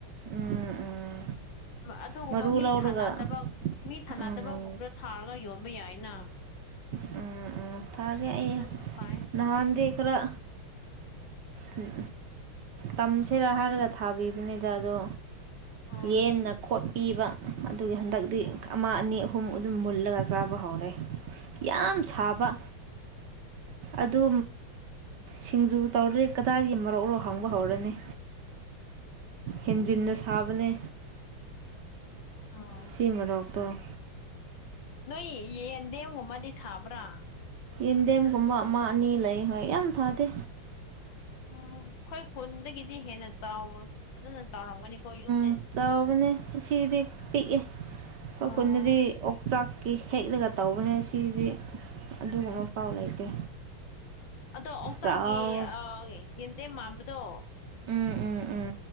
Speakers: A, on the right (about 65°); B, on the left (about 65°).
A: ꯎꯝ ꯎꯝ
B: ꯑꯗꯨꯒꯨꯝꯕ
A: ꯃꯔꯨ
B: ꯃꯤ
A: ꯂꯧꯔꯒ
B: ꯊꯥꯅꯗꯕ ꯃꯤ ꯊꯥꯟꯅꯗꯕꯒꯨꯝꯕꯗ
A: ꯎꯝ
B: ꯊꯥꯔꯒ ꯌꯣꯜ ꯕ ꯌꯥꯏꯅ
A: ꯎꯝ ꯎꯝ ꯊꯥꯒꯦ ꯑꯩ
B: ꯑꯗꯨꯁꯨ ꯐꯩ
A: ꯅꯍꯥꯟꯗꯤ ꯈꯔ ꯎꯝ ꯇꯝꯁꯤꯔ ꯍꯥꯏꯔꯒ ꯊꯥꯕꯤꯕꯅꯤꯗ ꯑꯗꯣ
B: ꯎꯝ
A: ꯌꯦꯟꯅ ꯈꯣꯠꯄꯤꯕ ꯑꯗꯨꯒꯤ ꯍꯟꯗꯛꯇꯤ
B: ꯎꯝ
A: ꯑꯃ ꯑꯅꯤ ꯑꯍꯨꯝ ꯑꯗꯨꯝ ꯃꯨꯜꯂꯒ ꯆꯥꯕ ꯍꯧꯔꯦ ꯌꯥꯝ ꯁꯥꯕ ꯑꯗꯨ ꯁꯤꯡꯖꯨ ꯇꯧꯔꯦ ꯀꯗꯥꯏꯗꯒꯤ ꯃꯔꯛꯔꯣ ꯍꯥꯡꯕ ꯍꯧꯔꯅꯤ ꯍꯦꯟꯖꯤꯟꯅ ꯁꯥꯕꯅꯦ
B: ꯎꯝ
A: ꯁꯤꯃꯔꯣꯛꯇꫭ
B: ꯅꯣꯏ ꯌꯦꯟꯗꯦꯝꯒꯨꯝꯃꯗꯤ ꯊꯥꯕ꯭ꯔ
A: ꯌꯦꯟꯗꯦꯝꯒꯨꯝꯕ ꯑꯃ ꯑꯅꯤ ꯂꯩ ꯍꯣꯏ ꯌꯥꯝ ꯊꯥꯗꯦ
B: ꯎꯝ ꯈꫭꯏ ꯈꯨꯟꯗꯒꯤꯗꯤ ꯍꯦꯟꯅ ꯆꯥꯎꯋ ꯑꯗꯨꯅ ꯑꯗꯨꯅꯐꯖꯅꯕꯖ꯭ ꯆꯥꯎꯔꯝꯒꯅꯤꯀꯣ ꯌꯨꯝ
A: ꯌꯥꯝ ꯆꯥꯎꯕꯅꯦ ꯁꯤꯗꯗꯤ ꯄꯤꯛꯑꯦ ꯑꯩꯈꯣꯏ
B: ꯎꯝ
A: ꯈꯨꯟꯗꯗꯤ ꯑꯣꯛꯆꯥꯛ ꯀꯤ ꯍꯦꯛꯂꯒ ꯇꯧꯕꯅꯦ ꯁꯤꯒꯤꯗꯤ
B: ꯎꯝ
A: ꯑꯗꯨꯒꯨꯝꯕ ꯄꯥꯎ ꯂꯩꯇꯦ
B: ꯑꯗꯣ ꯑꯣꯛꯆꯥꯛꯒꯤ
A: ꯆꯥꯎ
B: ꯌꯦꯟꯗꯦꯝ ꯃꯥꯟꯕꯗꯣ
A: ꯎꯝ ꯎꯝ ꯎꯝ